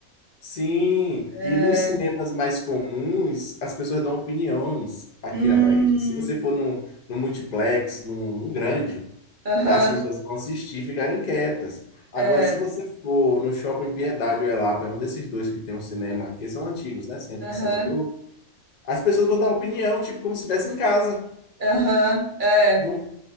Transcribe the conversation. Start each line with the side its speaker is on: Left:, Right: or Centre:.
Left: Sim,
Right: É,
Left: e nos cinemas mais comuns, as pessoas dão opiniões aqui
Right: Hum,
Left: na Bahia. Tipo, Se você for num, num multiplex, num, num grande,
Right: aham,
Left: as pessoas vão assistir e ficarem quietas. Agora,
Right: é,
Left: se você for no Shopping Piedade ou Elapa, é um desses dois que tem um cinema, que são antigos, né? Centro
Right: aham,
Left: de Salvador, as pessoas vão dar opinião, tipo, como se estivesse em casa.
Right: aham, é.
Left: Vão,